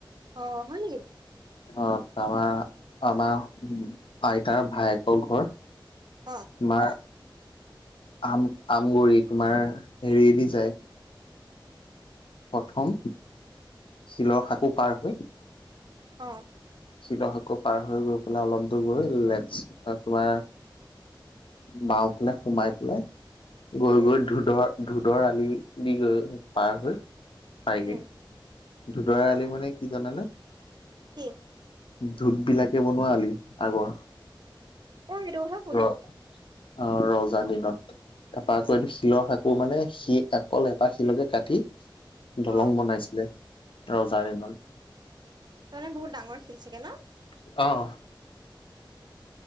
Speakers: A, on the right (about 55°); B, on the left (about 90°).
A: অ', হয় নেকি?
B: অ', আমাৰ, আমাৰ আইতাৰ ভায়েকৰ ঘৰ।
A: অঁ।
B: তোমাৰ, আম আমগুৰি, তোমাৰ হেৰিয়েদি যায়। প্ৰথম, শিলৰ শাকো পাৰ হৈ।
A: অ'।
B: শিৱসাগৰ পাৰ হৈ গৈ পেলাই অলপ দূৰ গৈ লেফ্ট ছাইড তোমাৰ বাওঁ ফালে সোমাই পেলাই গৈ
A: উম,
B: গৈ, ধোদৰ, ধোদৰ আলি দি গৈ পাৰ হৈ পায়গে।
A: উম,
B: ধুদৰ আলি মানে কি জানানে?
A: কি?
B: ধোত বিলাকে বনোৱা আলি আগৰ।
A: অ ৰ <unintelligible>
B: ৰ, অ' ৰজা দিনত। তাৰপা এইটো শিলৰ শাকো মানে সি অকল এটা শিলকে কাটি দলং
A: অ
B: বনাইছিলে। ৰজাৰ দিনত।
A: তাৰমানে বহুত ডাঙৰ শিল চাগে ন
B: অ'।